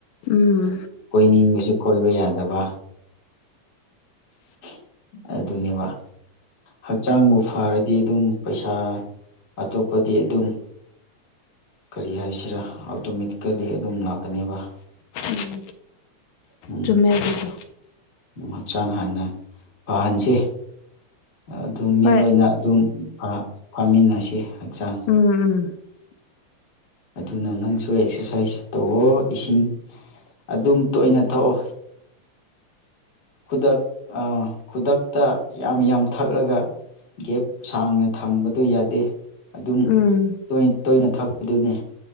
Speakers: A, on the left (about 75°); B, on the left (about 55°).
A: ꯎꯝ
B: ꯀꯣꯏꯅꯤꯡꯕꯁꯨ ꯀꯣꯏꯕ ꯌꯥꯗꯕ ꯑꯗꯨꯒꯕ ꯑꯩ ꯑꯗꯨꯅꯦꯕ ꯍꯛꯆꯥꯡꯕꯨ ꯐꯔꯗꯤ ꯑꯗꯨꯝ ꯄꯩꯁꯥ ꯑꯇꯣꯞꯄꯗꯤ ꯑꯗꯨꯝ ꯀꯔꯤ ꯍꯥꯏꯁꯤꯔꯥ ꯑꯣꯇꯣꯃꯦꯇꯤꯀꯦꯜꯂꯤ ꯑꯗꯨꯝ ꯂꯥꯛꯀꯅꯦꯕ
A: ꯎꯝ
B: ꯎꯝ
A: ꯆꯨꯝꯃꯦ ꯑꯗꯨꯗꯣ
B: ꯍꯛꯆꯥꯡ ꯍꯥꯟꯅ ꯐꯍꯟꯁꯦ ꯑꯗꯨꯝ ꯃꯤ
A: ꯍꯣꯏ
B: ꯂꯣꯏꯅ ꯑꯗꯨꯝ ꯐꯥꯃꯤꯟꯅꯁꯤ ꯍꯛꯆꯥꯡ
A: ꯎꯝ ꯎꯝ <inaudible>
B: ꯑꯗꯨꯅ ꯅꯪꯁꯨ ꯑꯦꯛꯁꯔꯁꯥꯏꯁ ꯇꯧꯋꯣ ꯏꯁꯤꯡ ꯑꯗꯨꯝ ꯇꯣꯏꯅ ꯊꯑꯣ ꯈꯨꯗꯛ ꯈꯨꯗꯛꯇ ꯌꯥꯝ ꯌꯥꯝ ꯊꯛꯂꯒ ꯒꯦꯞ ꯁꯥꯡꯅ ꯊꯝꯕꯗꯨ ꯌꯥꯗꯦ ꯑꯗꯨꯝ
A: ꯎꯝ
B: ꯇꯣꯏ ꯇꯣꯏꯅ ꯊꯛꯄꯗꯨꯅꯦ